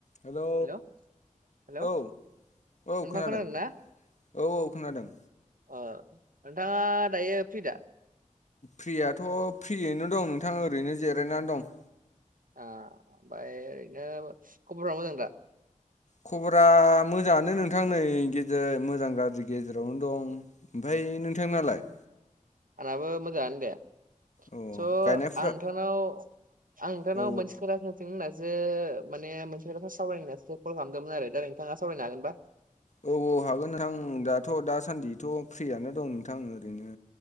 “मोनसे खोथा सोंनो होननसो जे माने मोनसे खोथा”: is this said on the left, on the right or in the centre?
Right